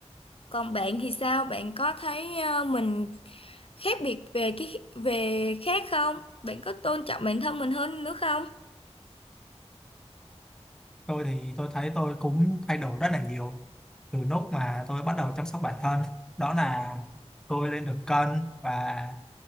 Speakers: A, on the left (about 55°); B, in the centre.
A: còn bạn thì sao bạn có thấy ờ, mình khác biệt về cái về khác không bạn có tôn trọng bản thân mình hơn nữa không
B: tôi thì tôi thấy tôi cũng thay đổi rất là nhiều từ lúc mà tôi bắt đầu chăm sóc bản thân đó là tôi lên được cân và